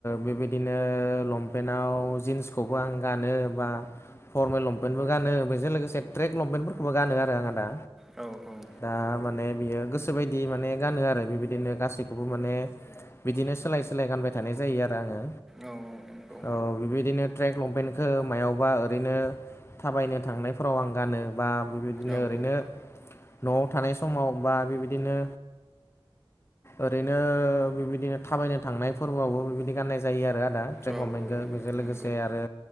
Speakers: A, on the left; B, in the centre.
A: बेबायदि बिदिनो लंपेन्टाव जिन्सखौबो आं गानो बा फरमेल लंपेन्टबो गानो बेजों लोगोसे ट्रेक लंपेन्टफोरखौबो गानो आरो आं आदा
B: औ औ
A: दा माने बियो गोसो बायदि माने गानो आरो बेबायदिनो गासैखौबो माने बिदिनो सोलाय सोलाय गानबाय थानाय जायो आरो आङो
B: औ औ नंगौ
A: औ बेबायदिनो ट्रेक लंपेन्टखौ मायावबा ओरैनो थाबायनो थांनायफोराव आं गानो बा बिदिनो
B: औ
A: ओरैनो
B: औ
A: न'आव थानाय समाव बा बेबायदिनो ओरैनो बिबायदिनो थाबायनो थांनाय फोरबोआवबो बिबायदि गाननाय जायो आरो आदा ट्रेक
B: औ
A: <unintelligible>
B: औ
A: बेजों लोगोसे
B: नंगौ
A: आरो